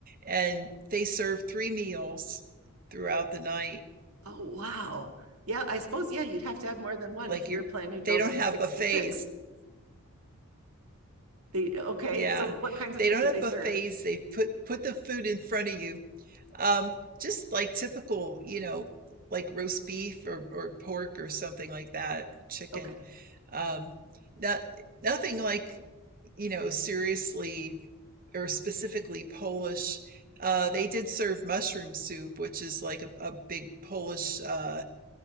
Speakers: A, on the right; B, on the right.
A: and they served three meals throughout the night.
B: Oh wow. Yeah, I suppose yeah, you'd have to have more than one
A: Like
B: if you
A: you
B: were planning to go
A: they don't
B: from
A: have
B: six
A: buffets
B: to six. They okay.
A: Yeah.
B: So what kinds of
A: They
B: food
A: don't
B: did
A: have
B: they serve?
A: buffets. They put put the food in front of you. Um, just like typical, you know, like roast beef or, or pork or something like that, chicken.
B: Okay.
A: Um, not, nothing like, you know, seriously or specifically Polish. Uh, they did serve mushroom soup, which is like a, a big Polish uh,